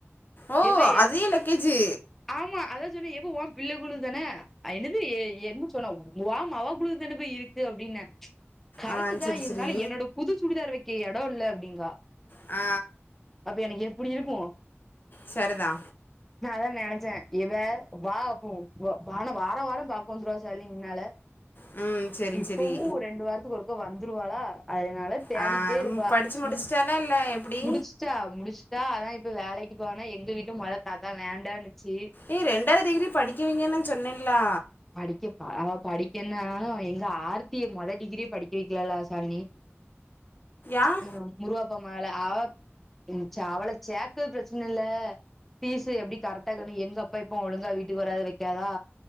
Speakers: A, on the left; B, in the centre.
A: ஓ
B: எது என்
A: அதே லக்கேஜு
B: ஆமா அதா சொன்ன ஏப்பா வோ பிள்ள குழு தான அ என்னது எ என்ன சொன்னா வோ மொவ குழு தான போயி இரு க்கு அப்டின்ன கரட்டு
A: ஆ
B: தா
A: சரி
B: இருந்தாலு
A: சரி
B: என்னோட புது சுடிதார் வெக்க எடோ இல்ல அப்டிங்கா
A: ஆ
B: அப்ப எனக்கு எப்படி இருக்கு
A: செர்தா
B: நா அதா நெனச்ச இவ வா அப்பூ வ வான வார வாரோ பாக்க வந்துருவா சலி முன்னால
A: ம் சரி
B: இப்பவு
A: சரி
B: ரெண்டு வாரத்துக்கு ஒருக்க வந்துருவாளா அதனால தேடிக்கிட்டே
A: ஆ
B: இருப்பா
A: படித்து
B: சும்
A: முடிச்சிட்டாலா இல்லை எப்படி
B: முடிச்சு முடிச்சா முடிச்சுட்டா அதா இப்ப வேலைக்கு போனா எங்க வீட்டுலயு மொத தாத்தா வேண்டானுச்சு
A: ஏய் ரெண்டாவது டிகிரி படிக்கவிங்கன்னு நா சொன்னேன்லா
B: படிக்க அவ படிக்கன்னாலு எங்க ஆர்த்தி மொத டிகிரிய படிக்க வைக்கலலா சாலினி
A: ஏன்
B: எங்க முருவாப்பா மகள அவ ம் சா அவளை சேக்க பிரச்சனை இல்ல பீஸ் எப்டி கரெக்டாக்கணு எங்க அப்பா இப்போ ஒழுங்கா வீட்டுக்கு வராது வக்காதா